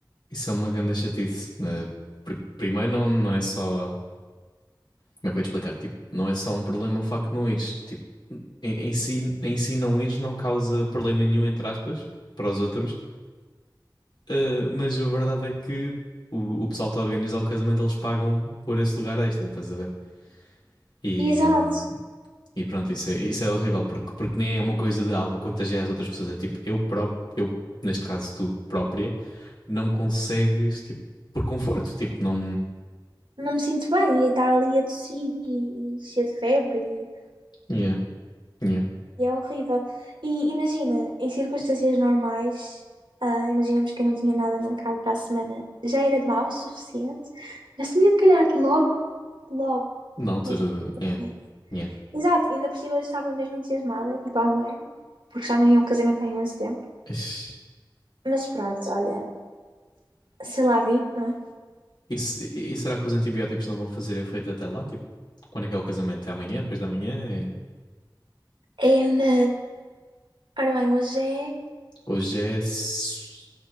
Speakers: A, on the left; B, on the right.
A: isso é uma grande chatice. né? Pr- Primeiro, não, não é só. Como é que eu ia te explicar? Tipo, não é só um problema o facto de não ires. Tipo, em, em si, em si não ires não causa problema nenhum, entre aspas, para os outros. Ah, mas a verdade é que o, o pessoal que está a organizar o casamento, eles pagam por esse lugar extra, estás a ver? E,
B: E exato,
A: e pronto, isso é, isso é horrível, porque, porque nem é uma coisa de, ah, vou contagiar as outras pessoas. É tipo, eu próprio, eu, neste caso, tu própria. não consegues, tipo, por conforto, tipo, não.
B: não me sinto bem, e estar ali a tossir e, e cheia de febre e
A: Yeah, yeah.
B: E é horrível. E imagina, em circunstâncias normais, ah, imaginemos que eu não tinha nada marcado para a semana, já era mau o suficiente, mas tinha de calhar logo, logo,
A: Na altura,
B: nesta
A: de- yeah,
B: semana.
A: yeah.
B: Exato, ainda por cima eu estava mesmo entusiasmada, tipo há um ano, porque já não ia a um casamento há imenso tempo.
A: Ixi.
B: Mas pronto, olha, sei lá, vi, não é?
A: E, se- e será que os antibióticos não vão fazer efeito até lá? Tipo, quando é que é o casamento? É amanhã? Depois da manhã? É-
B: É na. Ora bem, hoje é
A: Hoje é sexta.